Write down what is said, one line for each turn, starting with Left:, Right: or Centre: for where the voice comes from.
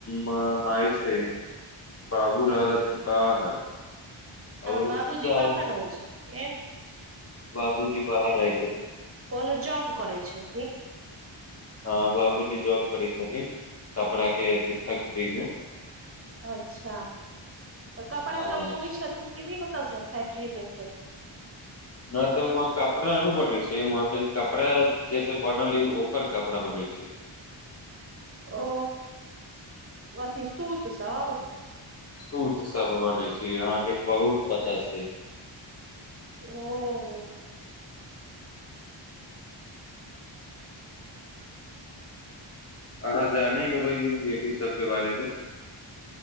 Left: माय छै बाबू रहलथी बाहर। <unintelligible>
Right: आ बाबूजी बाहर रहै छथिन
Left: बाबूजी बाहर आइ
Right: कोनो जॉब करै छ
Left: हँ बाबूजी जॉब करै छथिन छपड़ा के फैक्ट्रीमे।
Right: अच्छा तऽ कपड़ा
Left: हँ
Right: सब लबै छथिन ओतस फैक्ट्री मे से।
Left: न तऽ हम कपड़ा न बने छै ह कपड़ा जेस बनाल ओकर कपड़ा बने छै
Right: ओ अथी सूत सब।
Left: सूत सब बनै छैय आँहाँके बहुत पता छैय।
Right: ओ
Left: अहाँ जानै होबै एहि सबके बारेमे।